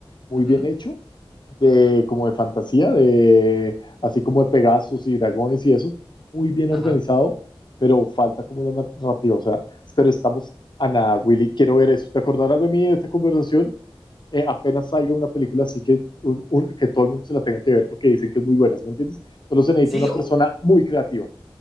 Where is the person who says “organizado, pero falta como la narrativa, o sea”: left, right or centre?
Left